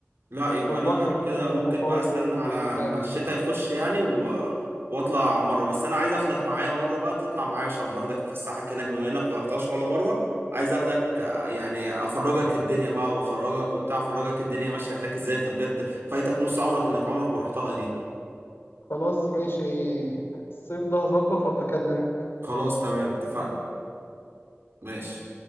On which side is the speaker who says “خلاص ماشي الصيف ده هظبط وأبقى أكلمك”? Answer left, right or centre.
Left